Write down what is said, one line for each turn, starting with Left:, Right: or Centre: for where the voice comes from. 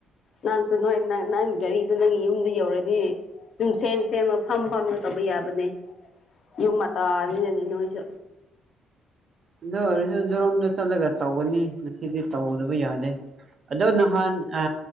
Left: ꯅꯪꯁꯨ ꯅꯣꯏ ꯅꯪ ꯅꯪꯒꯤ ꯒꯥꯔꯤꯗꯣ ꯅꯪꯒꯤ ꯌꯨꯝꯗ ꯌꯧꯔꯗꯤ ꯁꯨꯝ ꯁꯦꯝ ꯁꯦꯝꯃ ꯐꯝ ꯐꯝꯃꯒ ꯇꯧꯕ ꯌꯥꯕꯅꯦ ꯌꯨꯝ ꯃꯇꯅꯤꯗꯅꯤ ꯅꯣꯏꯁꯨ
Right: ꯑꯗꯨ ꯑꯣꯏꯔꯁꯨꯣꯔꯣꯝꯗ ꯆꯠꯂꯒ ꯇꯧꯒꯅꯤ ꯉꯁꯤꯗꯤ ꯇꯧꯗꯕ ꯌꯥꯗꯦ ꯑꯗꯣ ꯅꯍꯥꯟ ꯑ